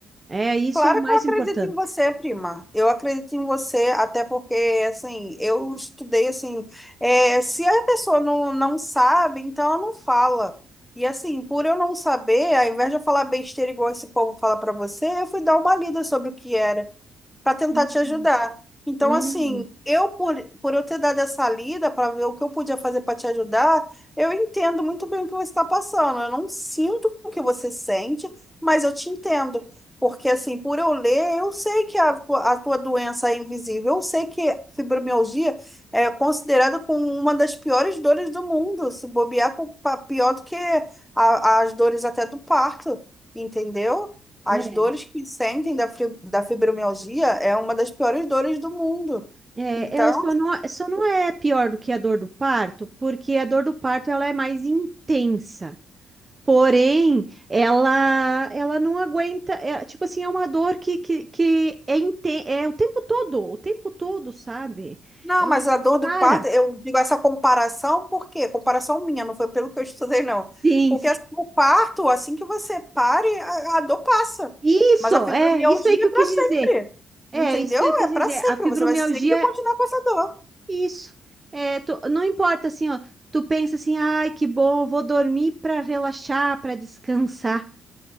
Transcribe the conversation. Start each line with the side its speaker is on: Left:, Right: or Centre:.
Right: É isso
Centre: Claro
Right: é o mais
Centre: que eu acredito
Right: importante.
Centre: em você, prima. Eu acredito em você, até porque, assim, eu estudei, assim, é, se a pessoa não, não sabe, então ela não fala. E, assim, por eu não saber, ao invés de eu falar besteira igual esse povo fala pra você, eu fui dar uma lida sobre o que era para tentar
Right: Hum.
Centre: te ajudar. Então,
Right: Hum.
Centre: assim, eu por, por eu ter dado essa lida para ver o que eu podia fazer para te ajudar, eu entendo muito bem o que você está passando. Eu não sinto o que você sente, mas eu te entendo. Porque, assim, por eu ler, eu sei que a, tua- a tua doença é invisível. Eu sei que fibromialgia é considerada como uma das piores dores do mundo. Se bobear, com- pa- pior do que a- as dores até do parto, entendeu? As
Right: É,
Centre: dores que sentem da fri- da fibromialgia é uma das piores dores do mundo.
Right: é,
Centre: Então,
Right: ela só não, só não é pior do que a dor do parto, porque a dor do parto ela é mais intensa. Porém, ela ela não aguenta, é, tipo assim, é uma dor que, que, que é, inte- é o tempo todo, o tempo todo, sabe?
Centre: não,
Right: Ela
Centre: mas
Right: não
Centre: a dor do
Right: para.
Centre: parto, eu digo essa comparação, por quê? Comparação minha, não foi pelo que eu estudei, não.
Right: Sim,
Centre: Porque
Right: sim.
Centre: assim, o parto, assim que você pare, a, a dor passa.
Right: Isso,
Centre: Mas a fibromialgia
Right: é, isso aí que
Centre: é
Right: eu
Centre: para
Right: quis
Centre: sempre.
Right: dizer. É,
Centre: Entendeu?
Right: isso que eu quis
Centre: É para
Right: dizer.
Centre: sempre.
Right: A fibromialgia
Centre: Você vai sempre continuar
Right: é
Centre: com essa dor.
Right: isso. É, tu- não importa assim, ó. Tu pensa assim, ai, que bom, vou dormir para relaxar, para descansar.